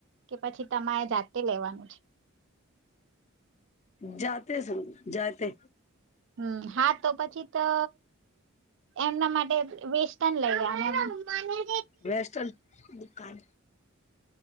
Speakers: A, on the right; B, on the left.
A: કે પછી તમારે જાતે લેવાનું છે.
B: જાતે શ જાતે
A: હમ્મ, હા તો પછી, તો એમના માટે વેસ્ટન લઈ ગયા.
B: વેસ્ટન કાન